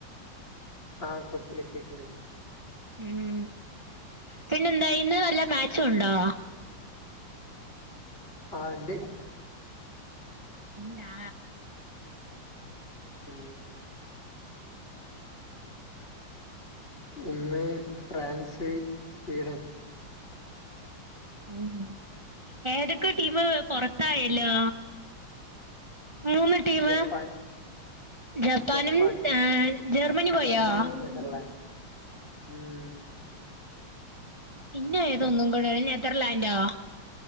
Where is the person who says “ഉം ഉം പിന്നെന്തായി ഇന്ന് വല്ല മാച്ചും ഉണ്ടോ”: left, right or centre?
Right